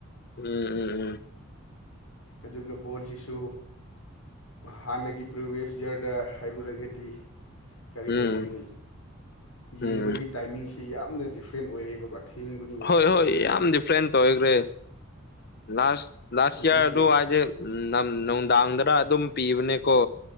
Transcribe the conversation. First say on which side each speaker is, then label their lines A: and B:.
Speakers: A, on the left (about 45°); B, on the left (about 75°).
A: ꯎꯝ ꯎꯝ ꯎꯝ
B: ꯑꯗꯨꯒꯥ ꯕꯣꯜꯁꯤꯁꯨ ꯍꯥꯟꯅꯒꯤ ꯄ꯭ꯔꯤꯚꯤꯌꯁ ꯏꯌꯥꯔꯗ ꯍꯥꯏꯔꯨꯔꯥꯒꯗꯤ ꯀꯔꯤ
A: ꯎꯝ
B: ꯍꯥꯏꯒꯅꯤ ꯌꯦꯡꯕꯒꯤ
A: ꯎꯝ
B: ꯇꯥꯏꯃꯤꯡꯁꯤ ꯁꯤ ꯌꯥꯝꯅ ꯗꯤꯐ꯭ꯔꯦꯟ ꯑꯣꯏꯔꯦꯕꯀꯣ꯫ ꯊꯦꯡꯕꯒꯤ ꯉꯥꯛꯇ
A: ꯍꯣꯏ-ꯍꯣꯏ
B: ꯑꯣꯏꯔꯦꯕ
A: ꯌꯥꯝ ꯗꯤꯐ꯭ꯔꯦꯟ ꯇꫭꯏꯒ꯭ꯔꯦ꯫ ꯂꯥꯁ ꯂꯥꯁ
B: ꯑꯗꯨꯒꯤ
A: ꯏꯌꯥꯔ ꯑꯗꯨ ꯋꯥꯏꯗ ꯅꯝ ꯅꯨꯡꯗꯥꯡꯗꯔ ꯑꯗꯨꯝ ꯄꯤꯕꯅꯦꯀꯣ꯫